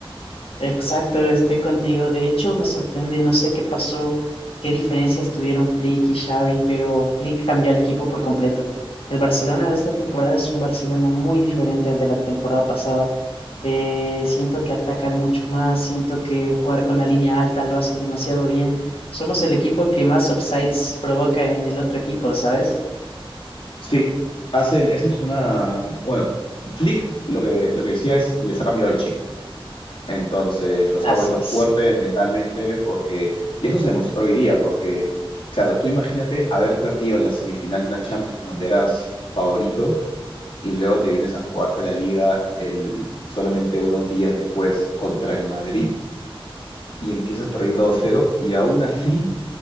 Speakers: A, on the left; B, on the left.
A: Exacto, estoy contigo. De hecho, me sorprende, no sé qué pasó, qué diferencias tuvieron Flick y Xavi, pero Flick cambió al equipo por completo. El Barcelona de esta temporada es un Barcelona muy diferente al de la temporada pasada. Eh, siento que atacan mucho más, siento que jugar con la línea alta lo hacen demasiado bien. Somos el equipo que más offsides provoca en el otro equipo, ¿sabes?
B: Sí, hacen, esa es una, bueno, Flick lo que, lo que decía es, les ha cambiado el chip. Entonces los
A: Gracias.
B: ha vuelto fuertes mentalmente porque, y eso se demostró hoy día, porque, claro, tú imagínate haber perdido la semifinal de una Champions en donde eras favorito y luego te vienes a jugarte la liga el, solamente unos días después contra el Madrid y empiezas perdiendo 2-0 y aún así